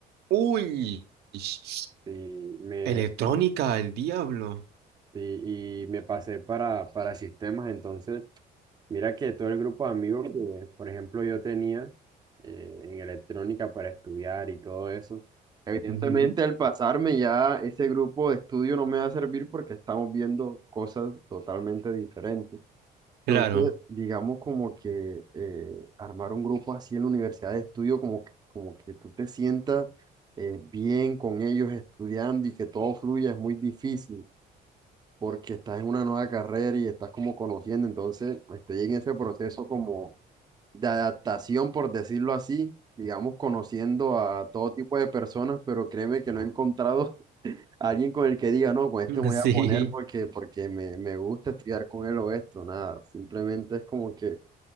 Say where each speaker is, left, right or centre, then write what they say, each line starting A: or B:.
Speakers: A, on the right; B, on the right.
A: Uy, ish,
B: sí, me,
A: Electrónica, el diablo.
B: y, y me pasé para, para sistemas. Entonces, mira que todo el grupo de amigos que, por ejemplo, yo tenía eh, en electrónica para estudiar y todo eso, evidentemente
A: Ujú.
B: al pasarme ya ese grupo de estudio no me va a servir porque estamos viendo cosas totalmente diferentes.
A: Claro.
B: Entonces, digamos como que eh, armar un grupo así en la universidad de estudio, como que, como que tú te sientas eh, bien con ellos estudiando y que todo fluya, es muy difícil porque estás en una nueva carrera y estás como conociendo, entonces estoy en ese proceso como de adaptación, por decirlo así, digamos, conociendo a todo tipo de personas, pero créeme que no he encontrado <laughs> a alguien con el que diga, no, con este
A: <laughs>
B: me voy
A: Sí,
B: a poner porque, porque me, me gusta estudiar con él o esto, nada, simplemente es como que